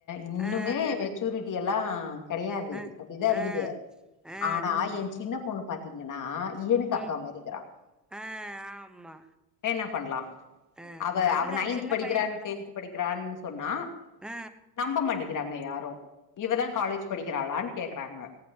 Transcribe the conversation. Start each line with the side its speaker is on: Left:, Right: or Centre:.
Left: இன்னுமே
Centre: ஆ
Left: மெச்சூரிட்டி எல்லா கெடையாது
Centre: ஆ
Left: அப்டிதா இருக்குது
Centre: ஆ ஆ
Left: ஆனா எ சின்ன பொண்ணு பாத்திங்கன்னா எனுக்கு அக்கா
Centre: ம்
Left: மாரி இக்குறா
Centre: ஆ ஆமா
Left: என்ன பண்லா
Centre: ஆ
Left: அவ
Centre: அப்டிதா
Left: அவ நைன்த்து
Centre: சின்ன
Left: படிக்கிறா
Centre: பைய
Left: டென்த் படி க்கிறான்னு சொன்னா
Centre: அ
Left: நம்ப மாட்டெங்கிறாங்க யாரு இவதா காலேஜ் படிக்கிறாளான்னு கேக்குறாங்க